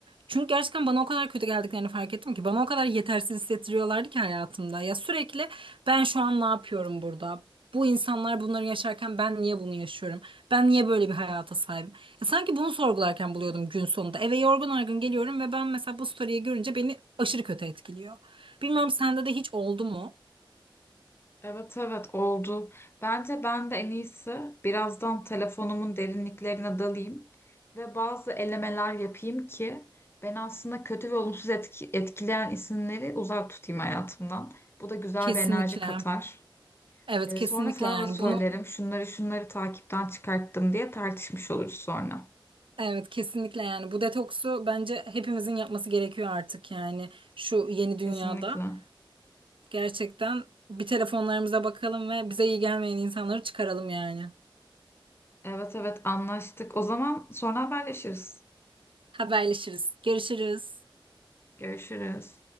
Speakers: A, on the right; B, on the left.
A: Çünkü gerçekten bana o kadar kötü geldiklerini fark ettim ki bana o kadar yetersiz hissettiriyorlardı ki hayatımda. Ya sürekli ben şu an ne yapıyorum burada? Bu insanlar bunları yaşarken ben niye bunu yaşıyorum? Ben niye böyle bir hayata sahibim? Ya sanki bunu sorgularken buluyordum gün sonunda. Eve yorgun argın geliyorum ve ben mesela bu story'yi görünce beni aşırı kötü etkiliyor. Bilmiyorum sende de hiç oldu mu?
B: Evet evet oldu. Bence ben de en iyisi birazdan telefonumun derinliklerine dalayım ve bazı elemeler yapayım ki beni aslında kötü ve olumsuz etki- etkileyen isimleri uzak tutayım hayatımdan. Bu da güzel
A: Kesinlikle.
B: bir enerji katar.
A: Evet
B: E,
A: kesinlikle
B: sonra sana
A: yani
B: da söylerim.
A: bunu
B: Şunları şunları takipten çıkarttım diye tartışmış oluruz sonra.
A: evet kesinlikle yani bu detoksu bence hepimizin yapması gerekiyor artık yani şu yeni
B: Kesinlikle.
A: dünyada. Gerçekten bir telefonlarımıza bakalım ve bize iyi gelmeyen insanları çıkaralım yani.
B: Evet evet anlaştık. O zaman sonra haberleşiriz.
A: Haberleşiriz. Görüşürüz.
B: Görüşürüz.